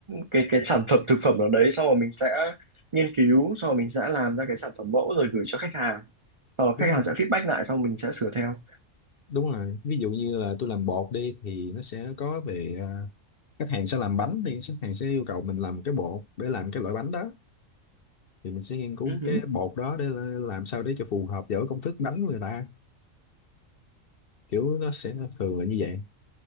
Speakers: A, on the right; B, on the left.
A: cái cái sản phẩm thực phẩm nào đấy, sau rồi mình sẽ nghiên cứu, sau rồi mình sẽ làm ra cái sản phẩm mẫu rồi gửi cho khách hàng. Sau đó
B: đúng
A: khách hàng sẽ feedback lại, xong mình sẽ sửa theo.
B: đúng rồi ví dụ như là tôi làm bột đi thì nó sẽ có về ờ, khách hàng sẽ làm bánh thì khách hàng sẽ yêu cầu mình làm cái bột để làm cái loại bánh đó thì mình sẽ nghiên cứu
A: Ừ.
B: cái bột đó để làm sao để cho phù hợp với công thức bánh của người ta kiểu nó sẽ thường là như vậy